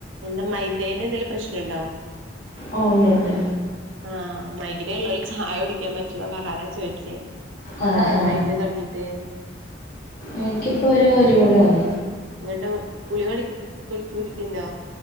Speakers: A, on the right; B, on the left.
A: എന്താ മൈഗ്രേന്റെന്തെങ്കിലും പ്രശ്നണ്ടോ?
B: ഓ ണ്ട് ണ്ട്
A: ആ മൈഗ്ര ഉള്ളോല് ചായുടിക്കാൻ പറ്റുലാ പറഞ്ഞ് അതാ ചോയ്ച്ചേ കൊറെ
B: ആ
A: ആയോ
B: ആ
A: മൈഗ്രയ്ൻ തൊടങ്ങീട്ട്
B: എനിക്കിപ്പോ ഒരു ഒരു കൊല്ലായി
A: ന്ന്ട്ട് ഗുളിക കുടി കുടിക്ക്‌ണ്ടോ